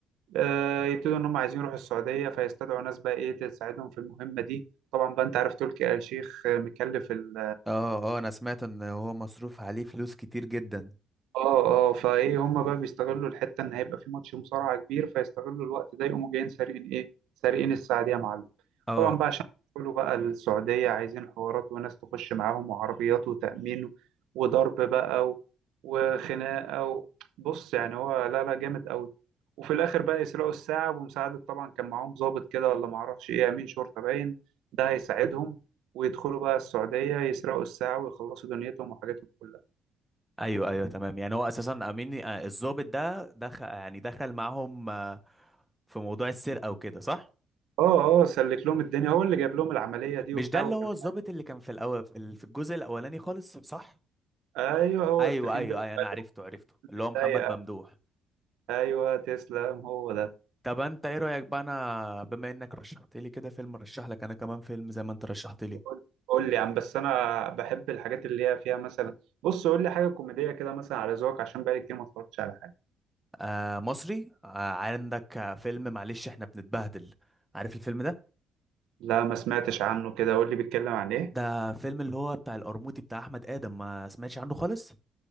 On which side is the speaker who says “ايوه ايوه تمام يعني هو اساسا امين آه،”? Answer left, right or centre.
Centre